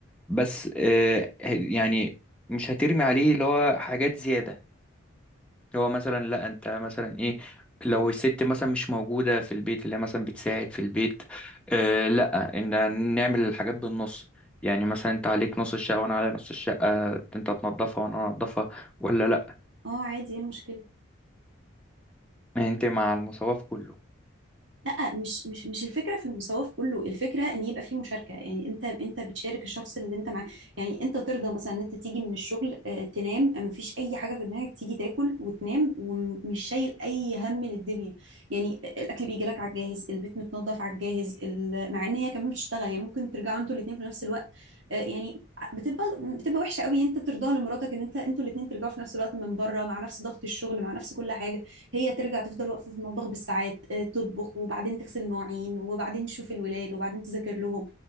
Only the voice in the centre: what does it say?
بس آه، يعني مش هترمي عليه اللي هو حاجات زيادة هو مثلا لا انت مثلا ايه لو الست مثلا مش موجودة في البيت اللي هي مثلا بتساعد في البيت آه لا ان نعمل الحاجات بالنص يعني مثلا انت عليك نص الشقة وانا على نص الشقة انت تنظفها وانا انظفها ولا لا
ما انت مع المساواة في كله